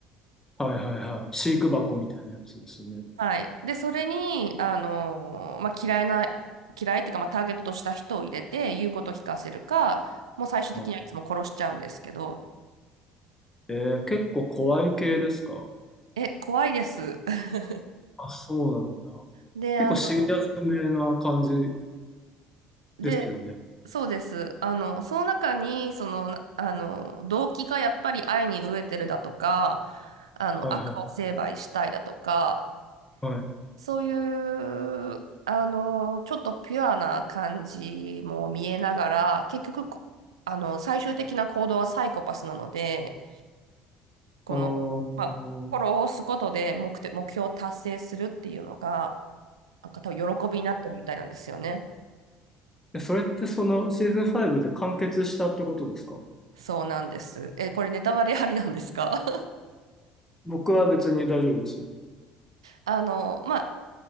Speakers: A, on the left; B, on the right.
A: はい、はい、はい。飼育箱みたいなやつですね。
B: はい。で、それに、あのーまあ、嫌いな、嫌いっていうか、まあ、ターゲットとした人を入れて、言うことを聞かせるか、もう最終的にはいつも殺しちゃうんですけど、
A: はい。えー、結構怖い系ですか
B: え、怖いです。<laughs>
A: あ、そうなんだ。
B: で、
A: 結構シリアスめな感じ
B: あの、で、
A: ですよね。
B: そうです。あの、その中に、その、なあの、動機がやっぱり愛に飢えてるだとか、あの、
A: はいはい
B: 悪を成敗したいだとか、
A: はい。
B: そういう、あの、ちょっとピュアな感じも見えながら、結局、こあの、最終的な行動はサイコパスなので、この、
A: あーおー
B: まあ、心を押すことで目的、目標を達成するっていうのが、なんか多分喜びになってるみたいなんですよね。
A: えそれってそのシーズン5で完結したってことですか
B: そうなんです。え、これネタバレありなんですか
A: 僕は別に大丈夫ですよ。
B: あの、まあ、